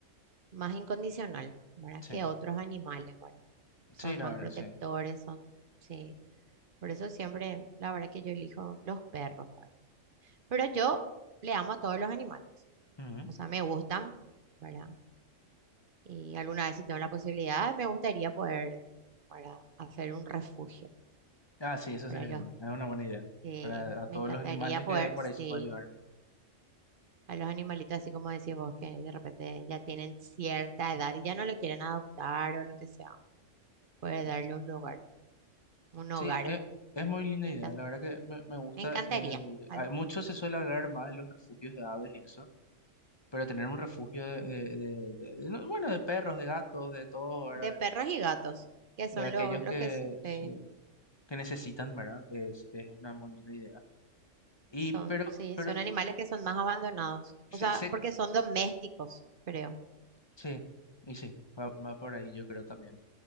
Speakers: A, on the right; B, on the left.
A: más incondicional, ¿verdad?
B: sí,
A: Que otros animales, ¿verdad? Son
B: sí, la
A: más
B: verdad,
A: protectores,
B: sí.
A: son, sí. Por eso siempre, la verdad que yo elijo los perros, ¿verdad? Pero yo le amo a todos los animales,
B: Ujú.
A: o sea, me gustan, ¿verdad? Y alguna vez si tengo la posibilidad, me gustaría poder, para hacer un refugio
B: Ah, sí, eso
A: para
B: sería
A: los,
B: lindo. Es una buena idea
A: eh,
B: para a
A: me
B: todos
A: encantaría
B: los animales
A: poder,
B: que por
A: sí,
B: ahí se puede ayudar.
A: a los animalitos, así como decís vos, que de repente ya tienen cierta edad y ya no le quieren adoptar o lo que sea, poder
B: Sí,
A: darle un lugar. Un
B: Sí,
A: hogar.
B: es, es muy linda
A: Me
B: idea.
A: encanta.
B: La verdad que me, me gusta.
A: Me encantaría.
B: Eh,
A: Al-
B: hay- mucho se suele hablar más de los refugios de aves y eso, pero tener un refugio de, de- de- de- de- no, bueno, de perros, de gatos, de todos, ¿verdad?
A: De perros
B: De,
A: y gatos, que son
B: de aquellos
A: los, los
B: que,
A: que se-
B: sí, que necesitan, ¿verdad? Es, es una muy linda idea. Y
A: son,
B: pero,
A: sí,
B: pero,
A: son animales que son más abandonados.
B: sé,
A: O sea,
B: sé-
A: porque son domésticos, creo.
B: sí, y sí, va, va por ahí yo creo también.